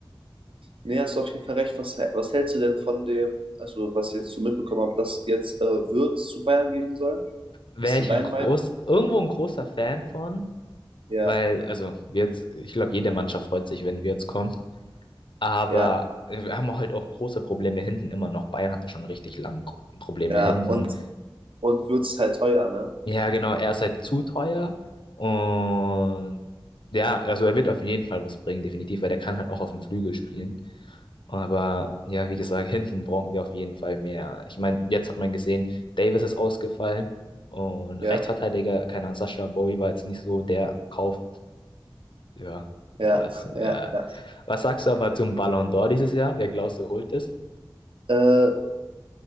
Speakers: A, on the right; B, on the left.
A: Nee, hast du auf jeden Fall recht. Was, was hältst du denn von dem, also was ich jetzt so mitbekommen habe, dass jetzt äh, Würz zu Bayern gehen soll?
B: Wäre
A: Ist so
B: ich
A: deine
B: ein groß,
A: Meinung?
B: irgendwo ein großer Fan von,
A: Ja,
B: weil, also, wir jetzt, ich glaube, jede Mannschaft freut sich, wenn wir jetzt kommen. Aber
A: ja,
B: äh, wir haben halt auch große Probleme hinten immer noch. Bayern hatte schon richtig lange Gro- Probleme
A: ja.
B: hinten.
A: Und, und Würz ist halt teuer, ne?
B: Ja, genau, er ist halt zu teuer. Und ja, also er wird auf jeden Fall was bringen, definitiv, weil der kann halt auch auf dem Flügel spielen. Aber ja, wie gesagt, hinten brauchen wir auf jeden Fall mehr. Ich meine, jetzt hat man gesehen, Davis ist ausgefallen und
A: Ja,
B: Rechtsverteidiger, keine Ahnung, Sascha Bowie war jetzt nicht so der Kauf. Ja,
A: ja,
B: war jetzt,
A: ja,
B: ja.
A: ja.
B: Was sagst du aber zum Ballon d'Or dieses Jahr? Wer glaubst du holt es?
A: Äh,